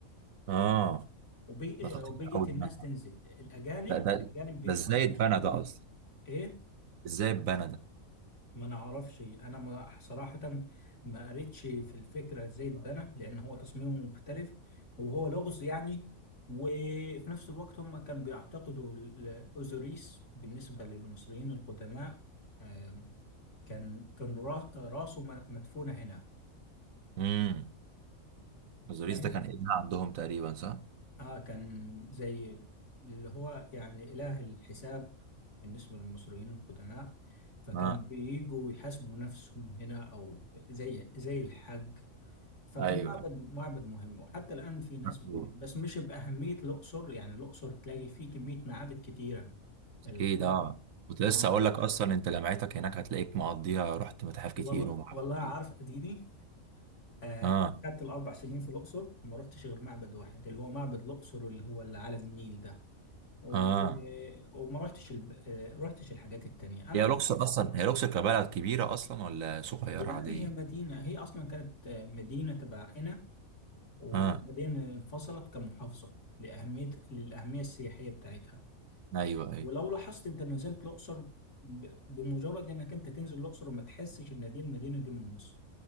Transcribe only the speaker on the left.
وبي...
وبيجت
الناس تنزل الاجانب
الاجانب بيدفع
فلوس
ايه
ما
ما نعرفش انا ما صراحة ما قريتش في الفكرة ازاي اتبنى لان هو تصميمه مختلف وهو لغز يعني وفي نفس الوقت هم كانوا بيعتقدوا الاوزوريس بالنسبة للمصريين القدماء آه، كان كان را- راسه م- مدفونة هنا
فاهم
اه كان زي اللي هو يعني إله الحساب بالنسبة للمصريين القدماء فكانوا
بييجوا يحاسبوا نفسهم هنا أو زي زي الحج فكان
معبد معبد مهم وحتى الآن في ناس
بي- بس مش بأهمية الأقصر يعني الأقصر تلاقي فيه كمية معابد كتيرة القاهرة
اه
والله
والله عارف
أديني آه
خدت الأربع سنين في الأقصر ما رحتش غير معبد واحد اللي هو معبد الأقصر اللي هو اللي على النيل ده و...
وما رحتش الب... آه، رحتش الحاجات التانية أنا
مش...
لا
هي مدينة هي أصلا كانت آه، مدينة تبع قنا وبعدين
انفصلت كمحافظة لأهمية للأهمية السياحية بتاعتها
ولو لاحظت أنت نزلت الأقصر ب... بمجرد إنك أنت تنزل الأقصر ما تحسش إن دي المدينة دي من مصر